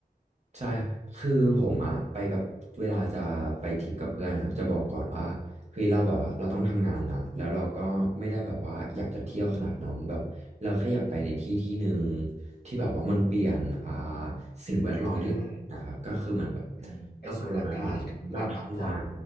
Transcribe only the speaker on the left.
<laughs> อ่าฮะอ่าไปสูดอากาศทำพักผ่อน